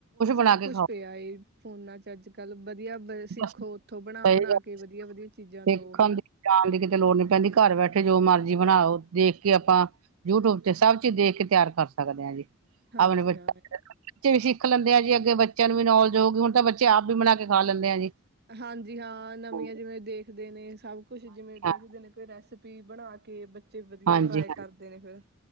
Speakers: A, on the right; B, on the right.
A: ਸਭ
B: ਬਣਾ ਕੇ
A: ਕੁਛ
B: ਖਾਓ
A: ਪਿਆ ਫੋਨਾ ਚ ਅੱਜ ਕੱਲ ਵਧੀਆ ਸਿੱਖੋ
B: ਬਸ
A: ਉੱਥੋਂ ਬਣਾ
B: ਸਹੀ
A: ਬਣਾ
B: ਗੱਲ
A: ਕੇ ਵਧੀਆ ਵਧੀਆ ਚੀਜ਼ਾਂ ਦਓ
B: ਦੇਖਣ
A: ਹਨਾ
B: ਦੀ ਜਾਣ ਦੀ ਕਿਤੇ ਲੋੜ ਨੀ ਪੈਂਦੀ ਘਰ ਬੈਠੇ ਜੋ ਮਰਜੀ ਬਣਾਓ ਦੇਖ ਕੇ ਆਪਾਂ ਯੂਟਿਊਬ ਤੇ ਸਭ ਚੀਜ਼ ਦੇਖ ਕੇ ਤਿਆਰ ਕਰ ਸਕਦੇ ਹਾਂ ਜੀ
A: ਹਾਂਜੀ
B: ਆਪਣੇ ਬੱਚੇ
A: ਹਾਂ
B: ਬੱਚੇ ਵੀ ਸਿੱਖ ਲੈਂਦੇ ਆ ਜੇ ਅੱਗੇ ਬੱਚਿਆਂ ਨੂੰ ਵੀ ਨੌਲੇਜ ਹੋਊਗੀ ਹੁਣ ਤਾਂ ਬੱਚੇ ਆਪ ਵੀ ਬਣਾ ਕੇ ਖਾ ਲੈਂਦੇ ਪਿਆ ਜੀ
A: ਹਾਂਜੀ ਹਾਂ ਨਵੀਆਂ
B: ਹਾਂਜੀ
A: ਜਿਵੇਂ ਦੇਖਦੇ ਨੇ ਸਭ ਕੁਛ ਜਿਵੇਂ ਦੇਖਦੇ
B: ਹਾਂਜੀ
A: ਨੇ ਕੋਈ ਰੈਸਪੀ ਬਣਾ ਕੇ ਵਧੀਆ
B: ਹਾਂਜੀ,
A: ਟਰਾਈ
B: ਹਾਂਜੀ,
A: ਕਰਦੇ ਨੇ ਫਿਰ